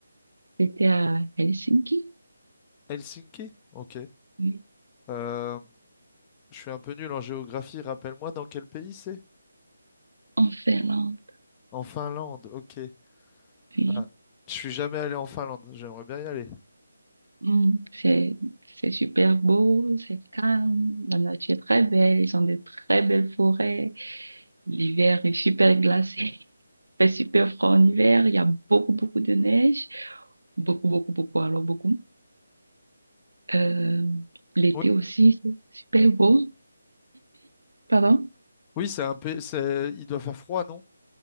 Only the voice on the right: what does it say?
C'était à Helsinki,
oui,
en Finlande,
oui.
Hum, c'est, c'est super beau, c'est calme, la nature est très belle, ils ont de très belles forêts, l'hiver est super glacé, <laughs> il fait super froid en hiver, il y a beaucoup, beaucoup de neige. Beaucoup, beaucoup, beaucoup, alors beaucoup. Euh, l'été
aussi, c'est super beau, pardon?